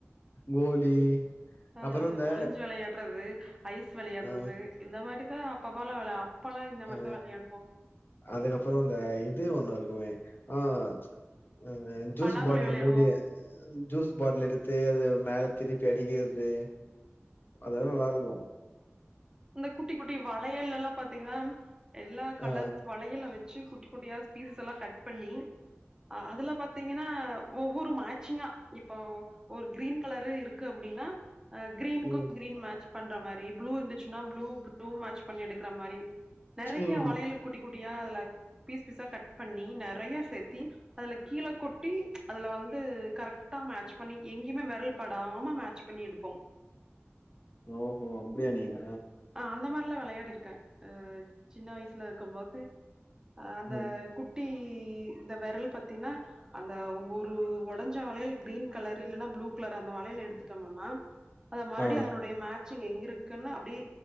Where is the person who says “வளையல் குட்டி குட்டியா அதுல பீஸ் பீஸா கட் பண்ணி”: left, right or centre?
Right